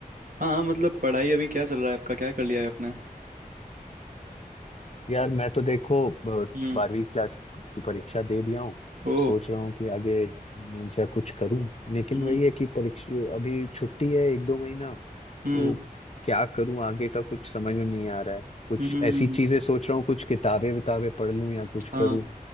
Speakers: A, on the right; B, on the left.
A: हाँ हाँ मतलब पढ़ाई अभी क्या चल रहा है आपका क्या कर लिया है आपने
B: यार मैं तो देखो ब-
A: हम्म
B: बारहवीं क्लास की परीक्षा दे दिया हूँ
A: ओ
B: सोच रहा हूँ कि आगे मेंस या कुछ करूँ लेकिन
A: हम्म
B: वही है कि परीक्षा अभी छुट्टी है एक दो महीना तो
A: हम्म
B: क्या करूँ आगे का कुछ समझ में नहीं आ रहा है कुछ
A: हम्म
B: ऐसी चीजें सोच रहा हूँ कुछ किताबें विताबें पढ़ लूँ या कुछ
A: हाँ
B: करूँ